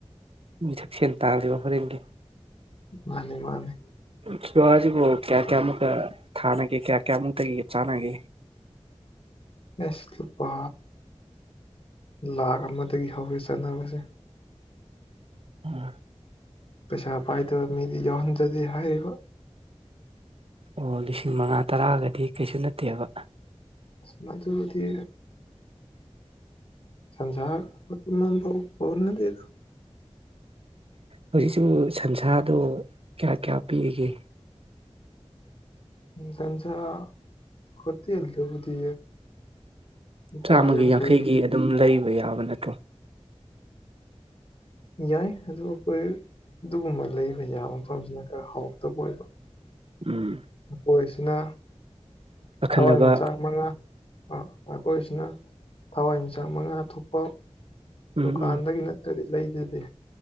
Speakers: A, on the right (about 55°); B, on the left (about 55°).
A: ꯌꯨꯊꯛ ꯁꯦꯟ ꯇꯥꯟꯂꯤꯕ ꯍꯣꯔꯦꯟꯒꯤ
B: ꯃꯥꯟꯅꯦ ꯃꯥꯟꯅꯦ
A: ꯖꯨꯋꯥꯔꯖꯤꯕꯨ ꯀꯌꯥ ꯀꯌꯥ ꯃꯨꯛꯇ ꯊꯥꯅꯒꯦ ꯀꯌꯥ ꯀꯌꯥ ꯃꯨꯛꯇꯒꯤ ꯆꯥꯅꯒꯦ
B: ꯑꯁ ꯂꯨꯄꯥ ꯂꯥꯛꯈ ꯑꯃꯗꯒꯤ ꯍꯧꯋꯦ ꯆꯥꯅꯕꯁꯦ
A: ꯎꯝ
B: ꯄꯩꯁꯥ ꯄꯥꯏꯗꯕ ꯃꯤꯗꯤ ꯌꯥꯎꯍꯟꯖꯗꯦ ꯍꯥꯏꯔꯤꯕ
A: ꯑꯣ ꯂꯤꯁꯤꯡ ꯃꯉꯥ ꯇꯔꯥꯒꯗꯤ ꯀꯩꯁꯨ ꯅꯠꯇꯦꯕ
B: ꯑꯁ ꯃꯗꯨꯗꯤ ꯁꯟꯁꯥ ꯃꯇꯨꯝ ꯑꯃꯐꯥꯎ ꯀꯣꯟꯅꯗꯦꯗ
A: ꯍꯧꯖꯤꯛꯁꯨ ꯁꯟꯁꯥꯗꯣ ꯀꯌꯥ ꯀꯌꯥ ꯄꯤꯔꯤꯒꯦ
B: ꯁꯟꯁꯥ ꯍꯣꯇꯦꯜꯗꯕꯨꯗꯤ ꯂꯨꯄꯥ
A: ꯆꯥꯝꯃꯒꯤ
B: ꯌꯥꯡꯈꯩ
A: ꯌꯥꯡꯈꯩꯒꯤ ꯑꯗꯨꯝ ꯂꯩꯕ ꯌꯥꯕ ꯅꯠꯇ꯭ꯔꯣ
B: ꯌꯥꯏ ꯑꯗꯨ ꯑꯩꯈꯣꯏ ꯑꯗꯨꯒꯨꯝꯕ ꯂꯩꯕ ꯌꯥꯕ ꯃꯐꯝꯁꯤꯅ ꯈꯔ ꯍꯥꯎꯇꯕ ꯑꯣꯏꯕ
A: ꯎꯝ
B: ꯑꯩꯈꯣꯏꯁꯤꯅ
A: ꯑꯈꯟꯅꯕ
B: ꯊꯋꯥꯏꯃꯤꯆꯥꯛ ꯃꯉꯥ ꯃꯈꯣꯏꯁꯤꯅ ꯊꯋꯥꯏꯃꯤꯆꯥꯛ ꯃꯉꯥ ꯊꯣꯛꯄ
A: ꯎꯝ
B: ꯗꯨꯀꯥꯟꯗꯒꯤ ꯅꯠꯇꯗꯤ ꯂꯩꯖꯗꯦ